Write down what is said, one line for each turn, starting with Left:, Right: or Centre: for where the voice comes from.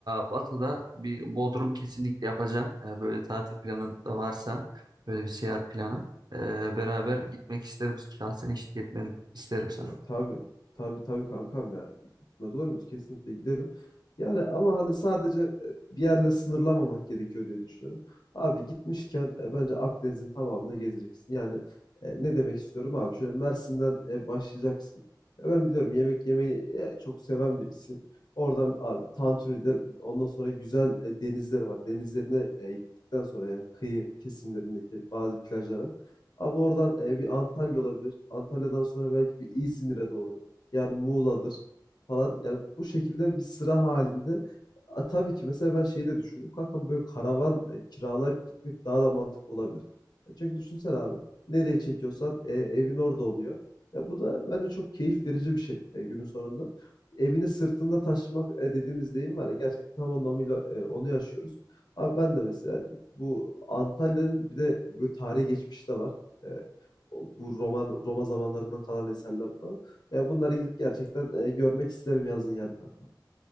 Right: e, Batı'da bir Bodrum kesinlikle yapacağım. E, böyle tatil planın da varsa, böyle bir seyahat planı. e, beraber gitmek isterim. Şahsen eşlik etmerim isterim sana.
Left: Ya tabii tabii tabii kankam ya gitmez olur muyuz? Kesinlikle gidelim. Yani ama hani sadece e, bir yerle sınırlamamak gerekiyor diye düşünüyorum. Abi gitmişken e, bence Akdeniz'in tamamını gezeceksin. Yani e, ne demek istiyorum abi? Şöyle Mersin'den e, başlayacaksın. Ya ben biliyorum yemek yemeyi e, çok seven birisiyim. Oradan abi Tantuni'de ondan sonra güzel e, denizleri var. Denizlerine e, gittikten sonra yani kıyı kesimlerindeki bazı plajlara. Abi oradan e, bir Antalya olabilir. Antalya'dan sonra belki bir İzmir'e doğru. Yani Muğla'dır falan. Yani bu şekilde bir sıra halinde. A, tabii ki mesela ben şeyi de düşündüm. Kankam böyle karavan e, kiralayıp gitmek daha da mantıklı olabilir. Ya çünkü düşünsene abi. Nereye çekiyorsan e, evin orada oluyor. Ya bu da bence çok keyif verici bir şey e, günün sonunda. Evini sırtında taşımak e, dediğimiz deyim var ya. Gerçekten tam anlamıyla e, onu yaşıyoruz. Abi ben de mesela bu Antalya'nın bir de böyle tarihi geçmişi de var. E, bu roman Roma zamanlarından kalan eserler falan. Ya bunları gidip gerçekten e, görmek isterim yazın yani kanka.